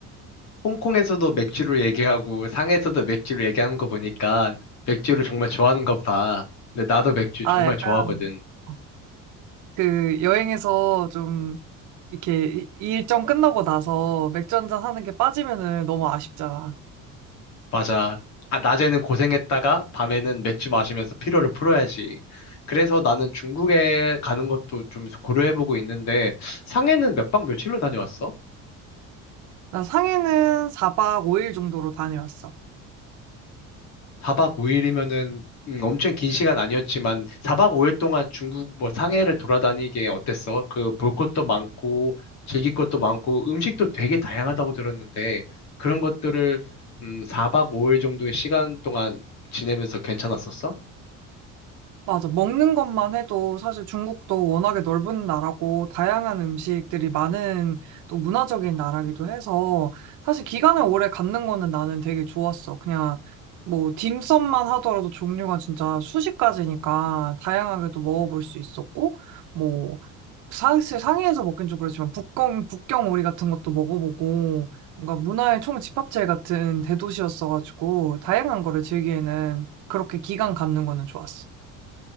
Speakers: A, on the left; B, on the right.
A: 홍콩에서도 맥주를 얘기하고 상해에서도 맥주를 얘기하는 거 보니까 맥주를 정말 좋아하는가 보다. 근데 나도 맥주
B: 아
A: 정말
B: 약간
A: 좋아하거든.
B: 어 그 여행에서 좀 이렇게 이 이 일정 끝나고 나서 맥주 한잔 하는 게 빠지면은 너무 아쉽잖아.
A: 맞아. 아, 낮에는 고생했다가 밤에는 맥주 마시면서 피로를 풀어야지. 그래서 나는 중국에 가는 것도 좀 고려해보고 있는데, 상해는 몇 박 며칠로 다녀왔어?
B: 나 상해는 4박 5일 정도로 다녀왔어.
A: 4박 5일이면은, 엄청 긴 시간 아니었지만, 4박 5일 동안 중국 뭐 상해를 돌아다니게 어땠어? 그 볼 것도 많고, 즐길 것도 많고, 음식도 되게 다양하다고 들었는데, 그런 것들을, 음, 4박 5일 정도의 시간 동안 지내면서 괜찮았었어?
B: 맞아. 먹는 것만 해도 사실 중국도 워낙에 넓은 나라고 다양한 음식들이 많은 또 문화적인 나라기도 해서 사실 기간을 오래 갖는 거는 나는 되게 좋았어. 그냥 뭐 딤섬만 하더라도 종류가 진짜 수십 가지니까 다양하게도 먹어볼 수 있었고 뭐 사실 상해에서 먹긴 좀 그렇지만 북경 북경 오리 같은 것도 먹어보고 뭔가 문화의 총집합체 같은 대도시였어가지고 다양한 거를 즐기에는 그렇게 기간 갖는 거는 좋았어.